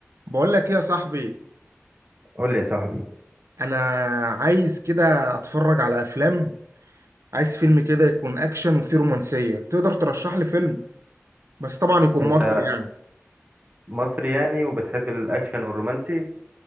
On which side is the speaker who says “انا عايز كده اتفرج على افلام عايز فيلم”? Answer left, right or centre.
Right